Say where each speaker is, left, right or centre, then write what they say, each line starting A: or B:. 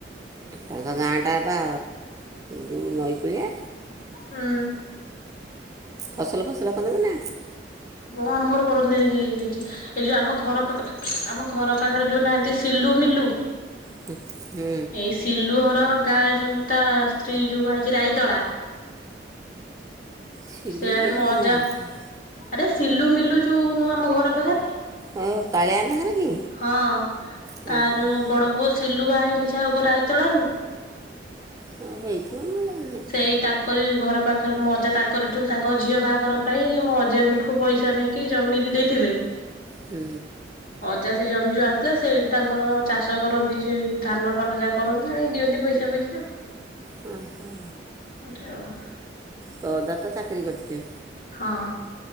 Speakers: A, on the right; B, on the left.
A: ତାଙ୍କ ଗାଁଟା ବା ଯେଉଁ ନଈକୂଳିଆ?
B: ହୁଁ।
A: ଫସଲ ଫସଲ କରନ୍ତି ନା ନାଇଁ?
B: ମୋ ମାମୁଁ ଘର କର <unintelligible> ଏଇ ଯୋଉ ଆମ ଘର ପାଖରେ <unintelligible> ଆମ ଘର ପାଖରେ ଯୋଉ ନାହାନ୍ତି ସିଲୁ, ମିଲୁ।
A: ହୁଁ।
B: ଏଇ ସିଲୁ ଘର ଗାଁ ଯୋଉ ତା ସ୍ତ୍ରୀ ଯୋଉ ବାହା ହେଇଛି ହେଇଚି ରାଏଦଲା।
A: ଶିଲୁ
B: ସେଆଡେ
A: କିଏ
B: ମୋ
A: ଲୋ ମୁଁ
B: ଅଜା
A: ଜାଣିନି।
B: ଆରେ ସିଲୁ, ମିଲୁ ଯୋଉ ନୁହଁ ଆମ ଘର ପାଖରେ।
A: ଓ କାଳିଆ ନାହାର କି
B: ହଁ
A: ହଁ
B: ତା
A: ହଁ
B: ଯୋଉ ବଡ ପୁଅ ସିଲୁ ବାହେନି <unintelligible>
A: ହଁ ହେଇଥିବ ମୁଁ ଜାଣିନି।
B: ସେଇ ତାଙ୍କରି ଘର ପାଖରେ ମଜା ତାଙ୍କରିଠୁ ତାଙ୍କ ଝିଅ ବାହାଘର ପାଇଁ ମୋ ଅ ଆଜାଙ୍କଠୁ ପଇସା ନେଇକି ଜମି ଦେଇଥିଲେ।
A: ହୁଁ।
B: ଅଜା ସେ ଜମି ଯୋଉ ଆଣିଥିଲେ ସେଇଠି ତାଙ୍କର ଚାଷ କରନ୍ତି ସେଇ ଧାନ ଫାନ ଯାକ। କରନ୍ତି ଆ ଦିଅନ୍ତି ପଇସା ପିଇସି ଆଉ।
A: ହୁଁ ହଁ।
B: <unintelligible>
A: ତୋ ଅଜା ତ ଚାକିରି କରିଥିଲେ।
B: ହଁ।